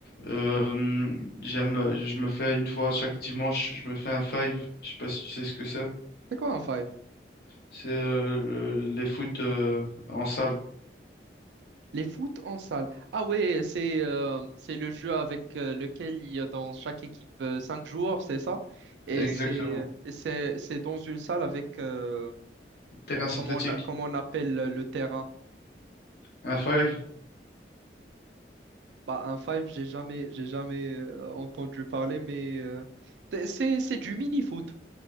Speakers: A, on the left (about 60°); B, on the right (about 75°).
A: euh,
B: Hmm
A: j'aime, euh, je me fais une fois chaque dimanche, je me fais un five. Je sais pas si tu sais ce que c'est.
B: C'est quoi un five?
A: C'est euh, le- les foot euh, en salle.
B: Les foot en salle. Ah ouais, c'est euh, c'est le jeu avec euh, lequel il y a dans chaque équipe euh, cinq joueurs, c'est ça? Et
A: Exactement.
B: c'est et c'est c'est dans une salle avec euh,
A: Terrain
B: euh,
A: synthétique.
B: comment on a- comment on appelle le terrain?
A: Un five.
B: Bah un five, j'ai jamais j'ai jamais euh, entendu parler, mais euh, c'est c'est du mini foot.